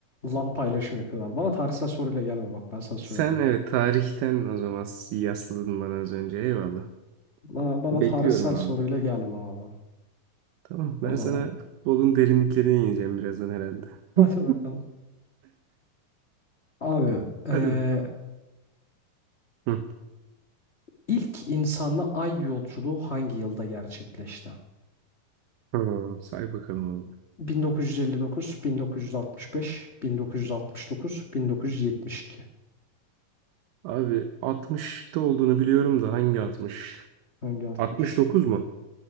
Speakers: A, on the left; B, on the right.
A: LAN paylaşımı yapıyorlar. Bana tarihsel soruyla gelme bak ben sana söyleyeyim.
B: sen evet tarihten o zaman yasladın bana az önce. Eyvallah.
A: Bana, bana
B: Bekliyorum
A: tarihsel
B: abi.
A: soruyla gelme abi.
B: Tamam
A: O
B: ben
A: zaman.
B: sana futbolun derinliklerine ineceğim birazdan herhalde.
A: Hadi
B: <laughs>
A: bakalım. Abi eee,
B: Hadi be. Hı.
A: ilk insanla ay yolculuğu hangi yılda gerçekleşti?
B: Hı, Say bakalım abi.
A: 1959, 1965, 1969, 1972.
B: Abi 60'ta olduğunu biliyorum da hangi 60?
A: Hangi 60?
B: 69 mu?